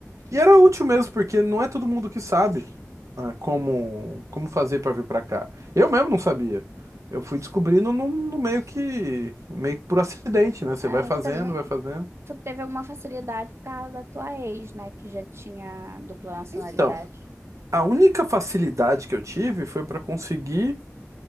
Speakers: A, on the right; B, on the right.
A: E era útil mesmo, porque não é todo mundo que sabe ah, como, como fazer para vir para cá. Eu mesmo não sabia. Eu fui descobrindo no, no meio que, meio que por acidente, né? Você
B: É,
A: vai fazendo,
B: também,
A: vai fazendo.
B: tu teve alguma facilidade por causa da tua ex, né? Que já tinha dupla nacionalidade
A: Então, a única facilidade que eu tive foi para conseguir